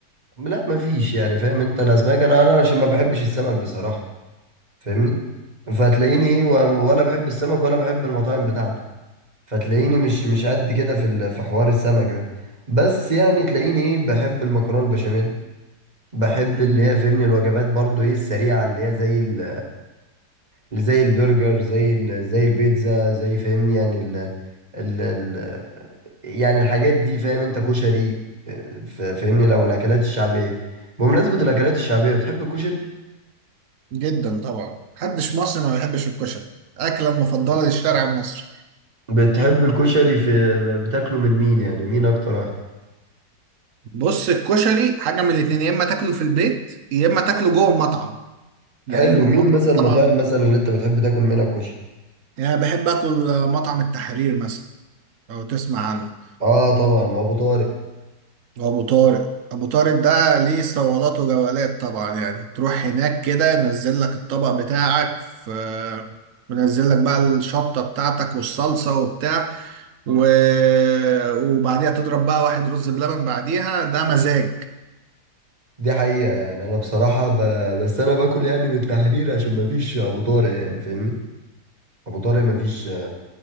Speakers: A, on the right; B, on the right.
A: لا مفيش يعني فاهم انت الاسماك انا انا عشان ما بحبش السمك بصراحة فاهمني فهتلاقيني ايه و- ولا بحب السمك ولا بحب المطاعم بتاعته فتلاقيني مش مش قد كده في ال- في حوار السمك ده بس يعني تلاقيني ايه بحب المكرونه البشاميل بحب
B: مم.
A: اللي هي فهمني الوجبات برضو ايه السريعه اللي هي زي ال اللي زي البرجر زي ال زي البيتزا زي فهمني يعني ال ال ال يعني الحاجات دي فاهم انت كشري اه، ف- فاهمني لو الاكلات الشعبيه بمناسبه الاكلات الشعبيه بتحب الكشري
B: جدا طبعا محدش مصري ما بيحبش الكشري اكله مفضله للشارع المصري
A: بتحب الكشري في بتاكله من مين يعني مين اكتر واحد
B: بص الكشري حاجه من الاتنين يا اما تاكله في البيت يا اما تاكله جوه المطعم يعني
A: حلو
B: المطعم
A: مين مثلا المطاعم
B: طبعا
A: مثلا اللي انت بتحب تاكل منها كشري
B: يعني أنا بحب اكل آه، مطعم التحرير مثلا لو تسمع عنه
A: اه طبعا وابو طارق
B: وابو طارق ابو طارق ده ليه صولات وجولات طبعا يعني تروح هناك كده ينزل لك الطبق بتاعك في منزل لك بقى الشطه بتاعتك والصلصه وبتاع و... وبعديها تضرب بقى واحد رز بلبن بعديها ده مزاج
A: دي حقيقة يعني انا بصراحة ب... بس انا باكل يعني من التحرير عشان ما فيش ابو طارق يعني فاهمني ابو طارق ما فيش